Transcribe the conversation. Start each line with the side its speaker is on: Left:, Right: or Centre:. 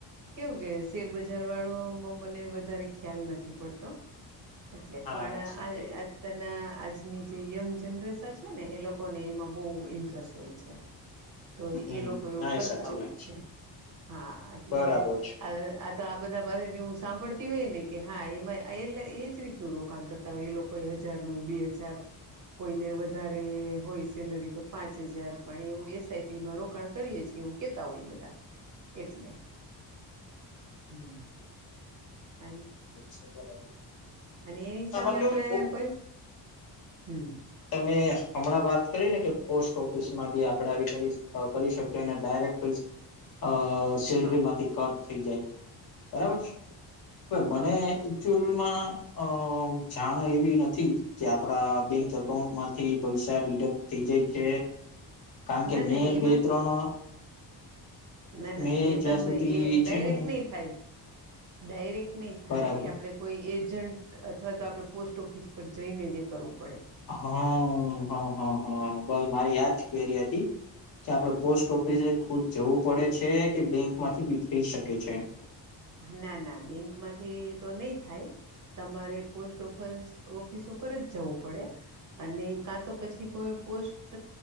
Right: કેવું કે શેરબજાર વાળોમાં મને વધારે ખ્યાલ નથી પડતો એટલે
Left: હા
Right: પણના
Left: સાચી વાત
Right: આજની જે યંગ જનરેશન છે ને એ લોકોને એમાં બહુ ઇન્ટરેસ્ટ હોય છે તો
Left: હમ
Right: એ લોકો એવું
Left: ના એ
Right: કરતા
Left: સાચી
Right: હોય
Left: વાત
Right: છે હા એટલે
Left: બરાબર છે. બરાબર
Right: આ તો આ બધા પાસેથી હું સાંભળતો હોયને કે હા એમાં એટલે એજ રીતનું રોકાણ કરતા હોય એ લોકો હજારનું બે હજાર કોઈને વધારે હોય સેલરી તો પાંચ હજાર પણ એવું એસઆઈપી માં રોકાણ કરીએે છીએ એવું કેતા હોય બધા એટલે હમ હ
Left: છે બરાબર
Right: અને એની સામે
Left: આમાં
Right: આપડે
Left: કેવું
Right: કોઈ હમ
Left: તમે હમણાં વાત કરી ને કે પોસ્ટ ઓફિસ માં ભી આપડે આવી કરી શકીએ ડાયરેક અ સેલરી
Right: હા
Left: માંથી કટ થ જાય બબર
Right: હા
Left: મ જાણ એવી નથી કે આપડા બેંક અઉ માંથી પૈસા ડિડક્ટ થઈ જાય છે કારણ કે
Right: ના
Left: મેં
Right: ના એમાં
Left: બે ત્રણ
Right: ના ના
Left: મેં
Right: એ
Left: જ્યાં
Right: તમે
Left: સુધી
Right: એ ડાયરેક્ટ
Left: છે ને
Right: નહી થાય ડાયરેક્ટ નહી થાય
Left: બરાબર
Right: આપડે કોઈ એ જ એજન્ટ અથવા તો આપણે પોસ્ટ ઓફિસ પર જઈને જે કરવું પડે
Left: હા હ હા હા બસ મારી યાદ પેરી હતી કે આપડણે પોસ્ટ ઓફિસ ખુદ જવું પડે છે કે બેંક માંથીી થઈ શકે છે
Right: ના ના બેંક માંથી તો નહી થાય તમારે પોસ્ટ ઓફિસ ઓફિસ ઉપર જ જવું પડે અને કા તો પછી કોઈ પોસ્ટ